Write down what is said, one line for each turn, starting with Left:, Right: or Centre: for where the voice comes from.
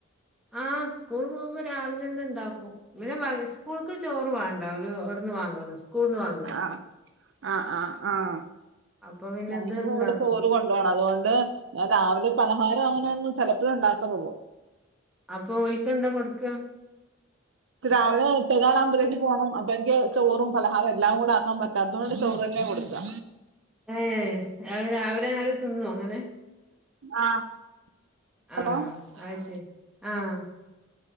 Centre: ആഹാ സ്കൂളിൽ പോകുമ്പോ രാവിലെ തന്നെ ഉണ്ടാക്കും ഇങ്ങനെ സ്കൂളക്ക് ചോറ് വേണ്ട ഓള് അവിടന്ന് വാങ്ങുവല്ലോ സ്കുളിന്ന് നിന്ന് വാങ്ങുവല്ലോ
Right: ആഹ് ആഹ് ആഹ് ആഹ്
Centre: അപ്പൊ പിന്നെ
Right: ഞങ്ങക്ക്
Centre: ഇത് ഇണ്ടാക്കും
Right: ഇവിടെ ചോറ് കൊണ്ടു പോണം അതുകൊണ്ട് ഞാൻ രാവിലെ പലഹാരം അങ്ങനെ ഒന്നും ചെല - ഇതേ ഉണ്ടാക്കുന്നുള്ളൂ
Centre: അപ്പൊ ഓൾക്ക് എന്താ കൊടുക്കുക
Right: രാവിലെ എട്ടേ കാൽ ആവുമ്പോത്തിന് പോകണം അപ്പോ എനിക്ക് ചോറും പലഹാര എല്ലാം കൂടെ ആക്കാൻ പറ്റാത്തോണ്ട് ചോറ് തന്നെ കൊടുക്കുക
Centre: ഏ രാവിലെ അവര് തിന്നുവോ അങ്ങനെ
Right: ആ ഹലോ
Centre: ആഹ് അത്
Right: ആഹ്
Centre: ശരി ആഹ്